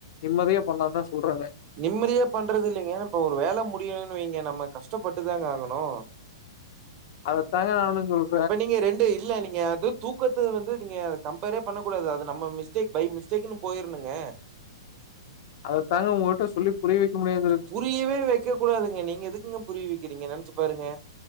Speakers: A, on the left (about 55°); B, on the right (about 35°).
A: நிம்மதியா பண்லாந் தா சொல்றாங்க
B: நிம்மதியா பண்றது இல்லைங்க இப்ப ஒரு வேலை முடியணுனு வைங்க நம்ம கஷ்டப்பட்டுதாங்க ஆகணு
A: அதத்தாங்க நானு சொல்
B: இப்ப நீங்க ரெண்டு இல்ல நீங்க அது தூக்கத்த வந்து நீங்க அத கம்பேரே பண்ணக்கூடாது அது நம்ம மிஸ்டேக் பை மிஸ்டேக்ன்னு போயிரணுங்க
A: அதத்தாங்க உங்ககிட்ட சொல்லி புரிய வைக்க முயற்
B: புரியவே வெக்க கூடாதுங்க நீங்க எதுக்குங்க புரிய வெக்கிறீங்க நெனச்சு பாருங்க